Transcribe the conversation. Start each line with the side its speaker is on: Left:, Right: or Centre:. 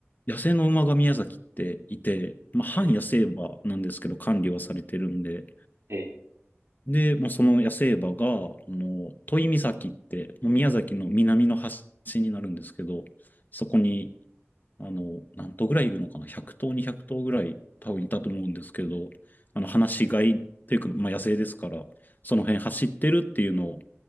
Left: 野生の馬が宮崎っていて、まあ、半野生馬なんですけど、
Right: ええ、
Left: 管理はされてるんで、
Right: ええ
Left: で、もうその野生馬が、あの、都井岬って、もう宮崎の南の端になるんですけど、そこにあの、何頭ぐらいいるのかな ?100 頭、200頭ぐらい多分いたと思うんですけど、あの、放し飼いっていうか、まあ、野生ですから、その辺走ってるっていうのを